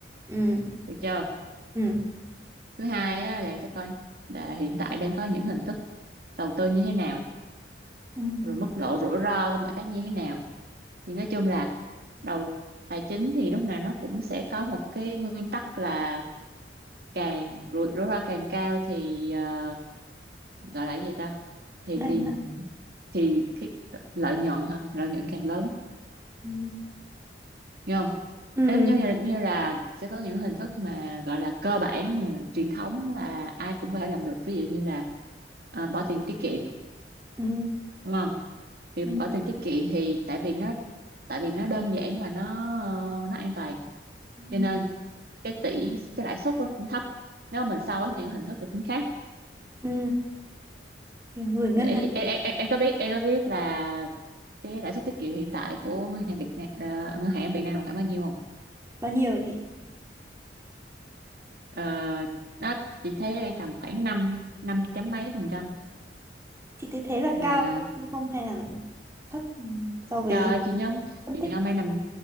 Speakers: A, on the right (about 15°); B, on the right (about 55°).
A: Ừ.
B: được chưa?
A: Ừ.
B: Thứ hai á, là em phải coi là hiện tại đang có những hình thức đầu tư như thế nào,
A: Ừ.
B: rồi mức độ rủi ro của mọi cái như thế nào thì nói chung là đầu tài chính thì lúc nào nó cũng sẽ có một cái nguyên tắc là càng rủi rủi ro càng cao thì ờ, gọi là cái gì ta thì
A: Lại
B: tiền
A: nữa.
B: thì cái lợi nhuận hả lợi nhuận càng lớn
A: Ừ.
B: nghe không
A: Ừ.
B: em như là như là sẽ có những hình thức mà gọi là cơ bản truyền thống là ai cũng có thể làm được ví dụ như là ờ, bỏ tiền tiết kiệm
A: Ừ.
B: đúng không thì
A: Ừ.
B: bỏ tiền tiết kiệm thì tại vì nó tại vì nó đơn giản và nó ờ, nó an toàn
A: Ừ.
B: cho nên cái tỷ cái lãi suất của nó cũng thấp nếu mà mình so với những hình thức tài chính khác
A: Ừ. Kiểu gửi ngân
B: để em,
A: hàng
B: em, em, em có biết em có biết là cái lãi suất tiết kiệm hiện tại của ngân hàng Việt Nam ờ, ngân hàng Việt Nam là khoảng bao nhiêu không
A: bao nhiêu thì
B: Ờ, nó chị thấy đây tầm khoảng năm năm chấm mấy phần trăm
A: thì thấy thế là
B: là
A: cao đúng không hay là thấp ừ, so với
B: trời ơi, chị nhớ
A: phân
B: chị
A: tích.
B: nhớ mấy năm